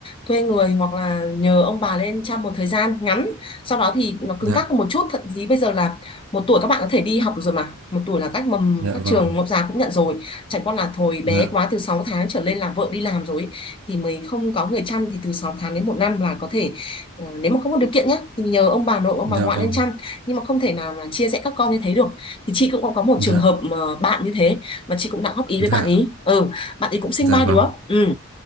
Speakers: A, on the left; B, on the right.
A: thuê người hoặc là nhờ ông bà lên chăm một thời gian ngắn sau đó thì nó
B: dạ
A: cứng cáp hơn một chút thậm chí bây giờ là một tuổi các bạn có thể đi học được rồi mà một tuổi là các mầm
B: dạ
A: các
B: vâng
A: trường mẫu giáo cũng nhận rồi chẳng qua là thôi
B: dạ
A: bé quá từ 6 tháng trở lên là vợ đi làm rồi ấy, thì mình không có người chăm thì từ 6 tháng đến một năm là có thể ờ, nếu mà không có điều kiện nhé thì nhờ ông bà nội ông
B: dạ
A: bà ngoại
B: vâng
A: lên chăm nhưng mà không thể nào là chia rẽ các con như thế được thì chị cũng có có một
B: dạ
A: trường hợp mà bạn như thế mà chị cũng đã góp ý
B: dạ
A: với bạn ý ừ bạn ấy cũng sinh
B: dạ
A: ba
B: vâng
A: đứa ừ